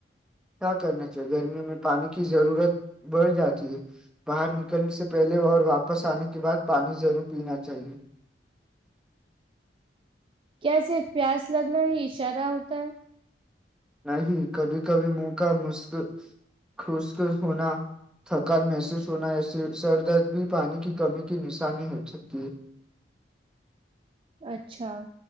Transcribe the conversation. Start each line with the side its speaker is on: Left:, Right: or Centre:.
Centre: کیا کرنا چاہیے گرمیوں میں پانی کی ضرورت بڑھ جاتی ہے باہر نکلنے سے پہلے اور واپس آنے کے کے بعد پانی ضرور پینا چاہیے
Right: کیا صرف پیاس لگنا ہی اشارہ ہوتا ہے
Centre: نہیں کبھی کبھی منہ کا مسک خشک ہونا تھکان محسوس ہونا ایس سر درد بھی پانی کی کمی کی نشانی ہو سکتی ہے
Right: اچھا